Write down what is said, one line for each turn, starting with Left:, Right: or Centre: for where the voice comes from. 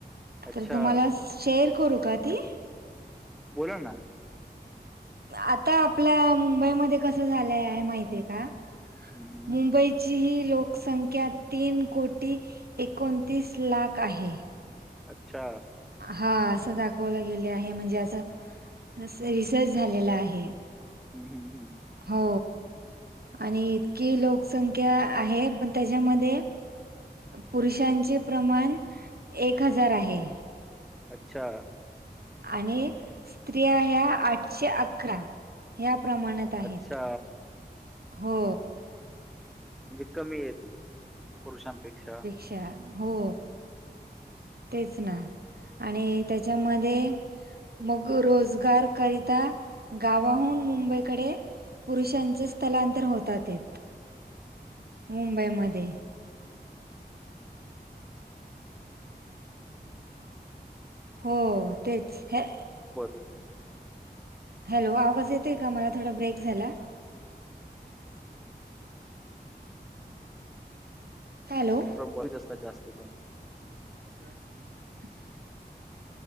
Centre: अच्छा
Right: तुम्हाला श करू का ती
Centre: बोला ना
Right: आता आपल्या मुंबईमध्ये कस झालंय आहे माहितीय का
Centre: हम्म हम्म
Right: मुंबई ची ही लोकसंख्या तीन कोटी एकोणतीस लाख आहे
Centre: अच्छा
Right: हा असं दाखवलं गेले आहे म्हणजे असं रिसर्च झालेला आहे
Centre: हम् हम हम्
Right: हो आणि इतकी लोकसंख्या आहे पण त्याच्यामध्ये पुरुषांचे प्रमाण एक हजार आहे
Centre: अच्छा
Right: आणि स्त्रिया ह्या आठशे अकरा या्या प्रमाणात आहेत
Centre: अच्छा
Right: हो
Centre: म्हणजे कमी येत पुरुषांपेक्षा
Right: शा हो तेच ना आणि त्याच्यामध्ये मग रोजगार करिता गावाहून मुंबईकडे पुरुषांचे स्थलांतर होतात तेत मुंबईमध्ये हो तेच हे
Centre: बरं
Right: हॅलो आवाज येतय का मला थोडा ब्रेक झाला? हॅलो
Centre: ब जास्ती क <unintelligible>
Right: ह <inaudible>